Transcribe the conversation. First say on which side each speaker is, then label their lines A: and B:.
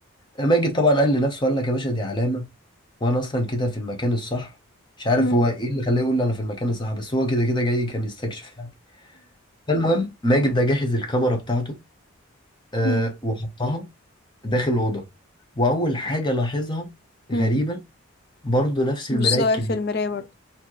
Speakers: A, on the left (about 20°); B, on the left (about 45°).
A: ماجد طبعا قال لنفسه قال لك يا باشا دي علامة وانا اصلا كده في المكان الصح مش عارف
B: امم
A: هو ايه اللي خلاه يقول لي انا في المكان الصح بس هو كده كده جاي كان يستكشف يعني فالمهم ماجد ده جهز الكاميرا بتاعته أه
B: مم.
A: وحطها داخل الاوضه واول حاجه لاحظها
B: مم.
A: غريبه برضه نفس
B: مش
A: المرايه
B: ظاهر
A: الكبيره
B: في المراية برضه